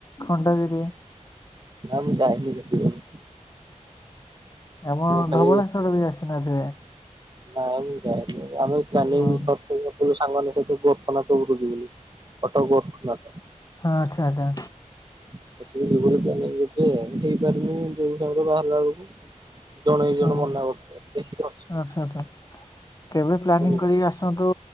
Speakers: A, on the left (about 30°); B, on the right (about 35°).
A: ଖଣ୍ଡଗିରି?
B: ନା ମୁଁ ଯାଇନି। <unintelligible>
A: ଆପଣ
B: ମୁଁ ଖାଲି
A: ଧବଳେଶ୍ଵର ବି ଆସି ନଥିବେ?
B: ନା ମୁଁ ଯାଇନି। ଆମେ ପ୍ଲାନିଂ
A: ହଁ
B: କରିଥିଲୁ। କିନ୍ତୁ ସାଙ୍ଗମାନଙ୍କ ସହିତ ଗୋରଖନାଥ <unintelligible> ବୋଲି କଟକ ଗୋରଖନାଥ।
A: ହଁ ଆଚ୍ଛା ଆଚ୍ଛା।
B: <unintelligible> ହେଇପାରୁନି, ଯୋଉ ସମୟରେ ବାହାରିଲା ବେଳକୁ ଜଣେ, ଦିଜଣ
A: ହଁ
B: ମନା କରୁଛନ୍ତି। ଦେଖିକି। <unintelligible>
A: ଆଚ୍ଛା ଆଚ୍ଛା, କେବେ ପ୍ଲାନିଂ
B: କିଛି।
A: କରିକି ଆସନ୍ତୁ